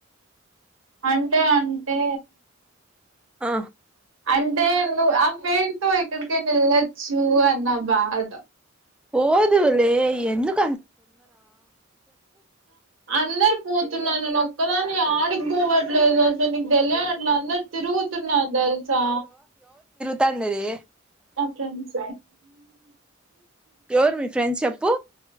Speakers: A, on the right; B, in the centre.
A: అంటే అంటే
B: ఆ
A: అంటే నువ్ ఆ పేరుతో ఎక్కడికి అయిన వెళ్ళచ్చు అన్న బాధ
B: పోదువు లే ఎందుకు
A: అందరు పోతున్నారు నేను ఒక్కదాన్ని యాడికిపోవట్లే ట్లేదు అస్సలు నీకు తెలియట్లేదు తిరుగుతున్నారు తెల్సా
B: తన్నది
A: నా ఫ్రెండ్స్
B: ఎవరు మీ ఫ్రెండ్స్ చెప్పు